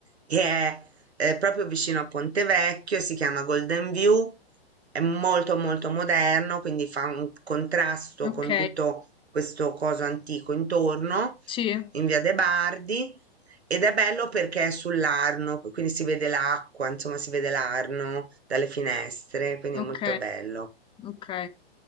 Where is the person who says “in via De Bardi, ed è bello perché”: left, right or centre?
Right